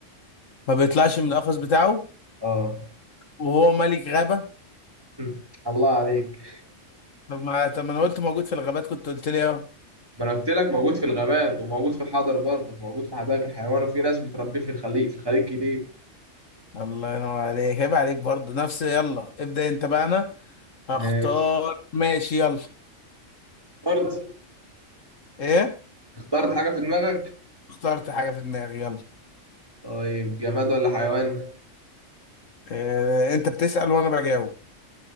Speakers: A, on the left; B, on the right.
A: ما بيطلعش من القفص بتاعه
B: اه
A: وهو ملك غابة
B: هم. الله عليك
A: طب ما طب ما انا قلت موجود في الغابات كنت قلت لي اه
B: ما انا قلت لك موجود في الغابات وموجود في الحضر برضه موجود في حدائق الحيوان وفي ناس بتربيه في الخليج في الخليج كتير
A: الله ينور عليك عيب عليك برضه نفس يلا ابدأ انت بقى انا هختار
B: ماشي
A: ماشي يلا
B: اخترت
A: ايه
B: اخترت حاجة في دماغك
A: اخترت حاجة في دماغي يلا
B: طيب جماد ولا حيوان
A: إيه انت بتسأل وانا بجاوب